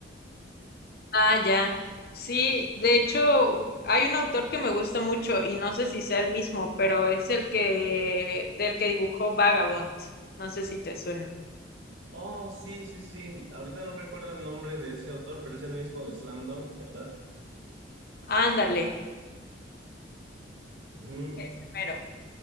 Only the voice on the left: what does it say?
Ah, ya. Sí, de hecho, hay un autor que me gusta mucho y no sé si sea el mismo, pero es el que del que dibujó Vagabond. No sé si te suena.
Ándale,
ese mero.